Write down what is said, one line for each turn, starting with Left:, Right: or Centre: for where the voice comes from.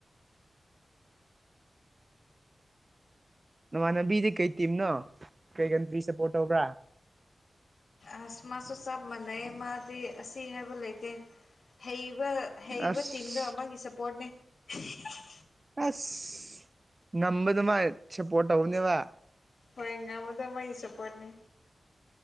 Right: ꯅꯃꯥꯟꯅꯕꯤꯗꯤ ꯀꯩ ꯇꯤꯝꯅꯣ ꯀꯩ ꯀꯟꯇ꯭ꯔꯤ ꯁꯞꯄꯣꯔꯠ ꯇꯧꯕ꯭ꯔꯥ
Left: ꯑꯁ ꯃꯥꯁꯨ ꯆꯞ ꯃꯥꯟꯅꯩꯌꯦ ꯃꯥꯗꯤ ꯑꯁꯤ ꯍꯥꯏꯕ ꯂꯩꯇꯦ ꯍꯩꯕ ꯍꯩꯕ
Right: ꯑꯁ
Left: ꯇꯤꯝꯗꯣ ꯃꯥꯒꯤꯁꯞꯄꯣꯔꯠꯅꯦ <unintelligible>
Right: ꯑꯁ ꯉꯝꯕꯗꯨ ꯃꯥꯏ ꯁꯞꯄꯣꯔꯠ ꯇꯧꯕꯅꯦꯕ
Left: ꯍꯣꯏ ꯉꯝꯕꯗꯣ ꯃꯥꯒꯤ ꯁꯞꯄꯣꯔꯠꯅꯤ